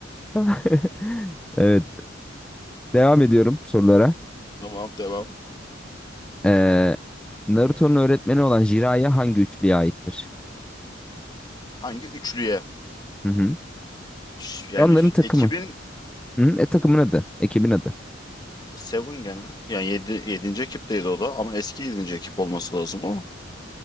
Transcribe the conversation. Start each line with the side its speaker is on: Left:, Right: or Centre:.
Centre: <laughs> Evet. Devam ediyorum sorulara.
Left: Tamam devam.
Centre: Ee, Naruto'nun öğretmeni olan Jiraiya hangi üçlüye aittir?
Left: Hangi üçlüye?
Centre: Hı hı.
Left: Ş- Yani
Centre: E onların
Left: ş-
Centre: takımı.
Left: ekibin
Centre: Hı hı. E takımın adı. Ekibin adı.
Left: Seven gene. Yani yedi yedinci ekipteydi o da ama eski yedinci ekip olması lazım o.